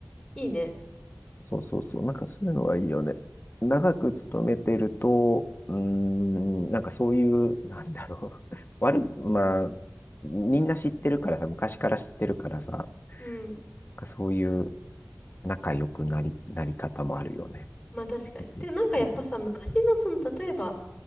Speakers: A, in the centre; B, on the left.
A: いいね。
B: そうそうそう。なんかそういうのがいいよね。長く勤めてると、うーん、なんかそういう、なんだろう。<laughs> 悪い、まあ、みんな知ってるからさ、昔から知ってるからさ、な
A: うん。
B: んかそういう仲良くなり、なり方もあるよね。
A: まあ確かに。
B: 別に。
A: てかなんかやっぱさ、
B: そうそう。
A: 昔のその、例えば、